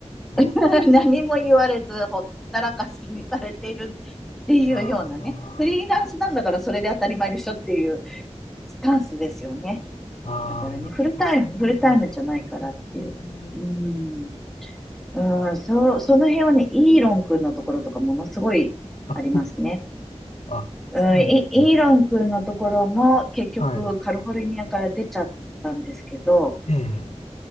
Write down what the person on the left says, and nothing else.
ー
あー、
ああやっぱそうなん
です
ね。
あ、あ、
そうですね。
はい。ええ。